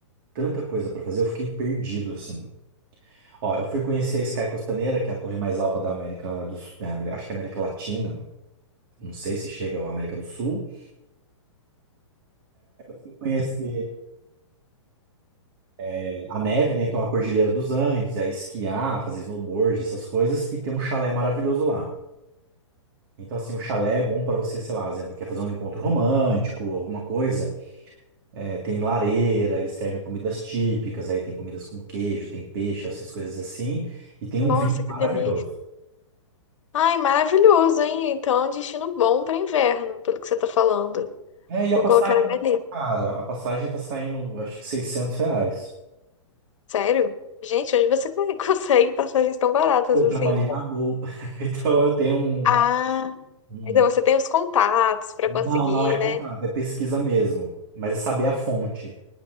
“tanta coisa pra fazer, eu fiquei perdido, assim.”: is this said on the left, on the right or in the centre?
Right